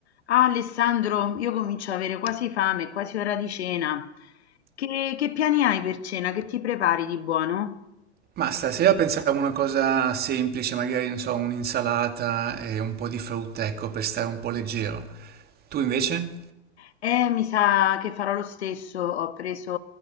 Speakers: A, on the left (about 70°); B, on the right (about 25°).
A: Ah, Alessandro, io comincio ad avere quasi fame, è quasi ora di cena. Che, che piani hai per cena? Che ti prepari di buono?
B: Ma stasera pensavo a una cosa semplice, magari, non so, un'insalata e un po' di frutta, ecco, per stare un po' leggero. Tu invece?
A: Eh, mi sa che farò lo stesso. Ho preso